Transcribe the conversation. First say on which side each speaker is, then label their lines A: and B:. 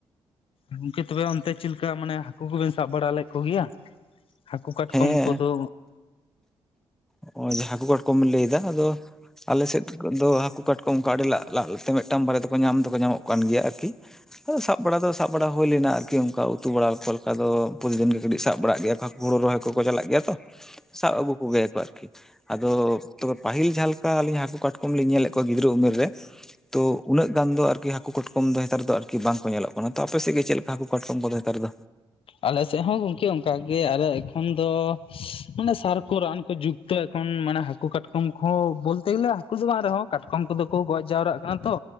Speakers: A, on the left; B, in the centre.
A: ᱜᱚᱝᱠᱮ ᱛᱚᱵᱮ ᱚᱱᱛᱮ ᱪᱮᱫ ᱞᱮᱠᱟ ᱢᱟᱱᱮ ᱦᱟᱹᱠᱩ ᱠᱚᱵᱮᱱ ᱥᱟᱵ ᱵᱟᱲᱟ ᱞᱮᱫ ᱠᱚ ᱜᱮᱭᱟ? ᱦᱟᱹᱠᱩ, ᱠᱟᱴᱠᱚᱢ
B: ᱦᱮᱸ
A: ᱠᱚᱫᱚ,
B: ᱱᱚᱜ-ᱚᱭ ᱡᱮ ᱦᱟᱹᱠᱩ, ᱠᱟᱴᱠᱚᱢ ᱵᱮᱱ ᱞᱟᱹᱭ ᱮᱫᱟ ᱟᱫᱚ ᱟᱞᱮ ᱥᱮᱫ ᱫᱚ ᱦᱟᱹᱠᱩ, ᱠᱟᱴ- ᱚᱱᱠᱟ ᱟᱹᱰᱤ ᱞᱟᱜ ᱞᱟᱜ ᱛᱮ ᱢᱮᱫᱴᱟᱱ ᱵᱟᱨᱮ ᱛᱮᱠᱚ ᱧᱟᱢ ᱫᱚᱠᱚ ᱧᱟᱢᱚᱜ ᱠᱟᱱ ᱜᱮᱭᱟ ᱟᱨᱠᱤ᱾ ᱟᱫᱚ ᱥᱟᱵ ᱵᱟᱲᱟ ᱫᱚ ᱥᱟᱵ ᱵᱟᱲᱟ ᱦᱩᱭ ᱞᱮᱱᱟ ᱟᱨᱠᱤ, ᱚᱱᱠᱟ ᱩᱛᱩ ᱵᱟᱲᱟ ᱠᱚ ᱞᱮᱠᱟ ᱫᱚ ᱯᱨᱚᱛᱤᱫᱤᱱ ᱜᱮ ᱠᱟᱹᱴᱤᱡ ᱥᱟᱵ ᱵᱟᱲᱟᱜ ᱜᱮᱭᱟ ᱠᱚ᱾ ᱦᱩᱲᱩ ᱨᱚᱦᱚᱭ ᱠᱚᱠᱚ ᱪᱟᱞᱟᱜ ᱜᱮᱭᱟ ᱛᱚ, ᱥᱟᱵ ᱟᱹᱜᱩ ᱠᱚ ᱜᱮᱭᱟ ᱟᱨᱠᱤ ᱟᱫᱚ ᱛᱚᱵᱮ ᱯᱟᱹᱦᱤᱞ ᱡᱟᱦᱟᱸ ᱞᱮᱠᱟ ᱟᱹᱞᱤᱧ ᱦᱟᱹᱠᱩ, ᱠᱟᱴᱠᱚᱢ ᱞᱤᱧ ᱧᱮᱞ ᱮᱫ ᱠᱚᱣᱟ ᱜᱤᱫᱽᱨᱟᱹ ᱩᱢᱮᱨ ᱨᱮ᱾ ᱛᱳ ᱩᱱᱟᱹᱜ ᱜᱟᱱ ᱫᱚ ᱟᱨᱠᱤ ᱦᱟᱹᱠᱩ, ᱠᱟᱴᱠᱚᱢ ᱫᱚ ᱦᱮᱛᱟᱨ ᱫᱚ ᱟᱨᱠᱤ ᱵᱟᱝ ᱠᱚ ᱧᱮᱞᱚᱜ ᱠᱟᱱᱟ᱾ ᱛᱚ ᱟᱯᱮ ᱥᱮᱫ ᱜᱮ ᱪᱮᱫ ᱞᱮᱠᱟ ᱦᱟᱹᱠᱩ, ᱠᱟᱴᱠᱚᱢ ᱠᱚᱫᱚ? ᱟᱨ ᱫᱚ
A: ᱟᱞᱮ ᱥᱮᱫ ᱦᱚᱸ ᱜᱚᱝᱠᱮ ᱚᱱᱠᱟ ᱜᱮ ᱟᱫᱚ ᱮᱠᱷᱚᱱ ᱫᱚ ᱢᱟᱱᱮ ᱥᱟᱨ ᱠᱚ ᱨᱟᱱ ᱠᱚ ᱡᱩᱜᱽ ᱛᱮ ᱮᱠᱷᱚᱱ ᱢᱟᱱᱮ ᱦᱟᱹᱠᱩ, ᱠᱟᱴᱠᱚᱢ ᱠᱚᱦᱚᱸ ᱵᱚᱞᱛᱮ ᱜᱮᱞᱮ ᱦᱟᱹᱠᱩ ᱫᱚ ᱵᱟᱝ ᱨᱮᱦᱚᱸ ᱠᱟᱴᱠᱚᱢ ᱠᱚᱫᱚ ᱠᱚ ᱜᱚᱡ ᱡᱟᱣᱨᱟᱜ ᱠᱟᱱᱟ ᱛᱚ᱾